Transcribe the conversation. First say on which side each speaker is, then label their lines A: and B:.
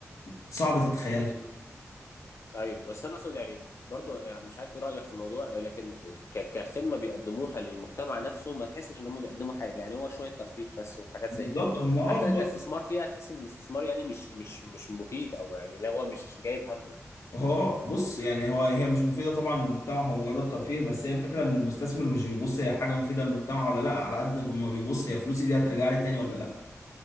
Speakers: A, on the left (about 85°); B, on the left (about 60°).
A: صعب تتخيلها
B: ايوه بس انا اقصد يعني برضو يعني مش عارف ايه رايك في الموضوع لكن ك- كخدمه بيقدموها للمجتمع نفسه ما تحسش ان هم بيقدموا حاجه يعني هو شويه ترفيه بس وحاجات
A: بالظبط
B: زي كده
A: هم اه
B: حتى
A: هو
B: كاستثمار فيها تحس ان الاستثمار يعني مش مش مش مفيد او يعني لا هو مش جايب همه
A: هو بص يعني هو هي مش مفيدة طبعا للمجتمع هو مجرد ترفيه بس هي الفكرة ان المستثمر مش بيبص هي حاجة مفيدة للمجتمع ولا لا على قد ما بيبص هي فلوسي دي هترجع لي تاني ولا لا